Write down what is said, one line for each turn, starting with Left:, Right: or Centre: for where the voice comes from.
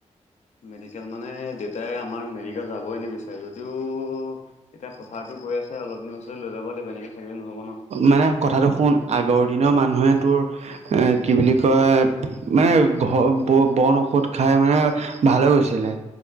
Left: মেডিকেল মানে দেউতাই আমাৰ মেডিকেল যাবই নিবিচ- যদিও এতিয়া পথাৰতো গৈ আছে অলপ দিন পাছত লৈ যাব লাগিব এনেকে থাকিলে নহ'ব ন।
Right: মানে কথাটো শুন আগৰ দিনৰ মানুহে তোৰ এ কি বুলি কয় মানে ঘ ব বন ঔষধ খাই মানে ভালে গৈছিলে